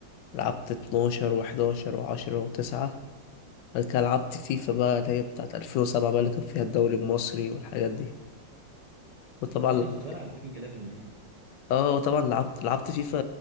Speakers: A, on the left; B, on the right.
A: لعبت 12 و11 و10 و9 بعد كده لعبت فيفا بقى اللي هي بتاعت 2007 بقى اللي كان فيها الدوري المصري والحاجات دي وطبعا
B: اه
A: لعبت
B: انا كنت بلعب ويننج 11 دي
A: اه وطبعا لعبت لعبت فيفا